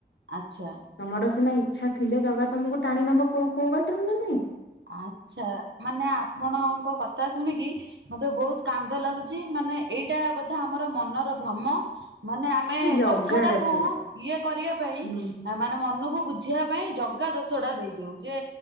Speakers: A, on the right; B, on the left.
A: ଆଚ୍ଛା।
B: ତମର ସିନା ଇଚ୍ଛା ଥିଲେ ଜଗା ତମକୁ ଟାଣି ନବ କୋଉ କୋଉ ବାଟ ରୁ ନା ନାଇଁ।
A: ଆଛା ମାନେ ଆପଣଙ୍କ କଥା ଶୁଣିକି ମତେ ବହୁତ କାନ୍ଦ ଲାଗୁଛି ମାନେ ଏଇଟା ବୋଧେ ଆମର ମନର ଭ୍ରମ ମାନେ ଆମେ
B: ସେ ଜଗା
A: କଥା ଟାକୁ
B: ଡାକିବ
A: ଇଏ କରିବା ପାଇଁ
B: ହୁଁ
A: ମାନେ ମନକୁ ବୁଝ ଝିିବା ପାଇଁ ଜଗା ଦୋଷଟା ଦେଇଦେଉ ଯେ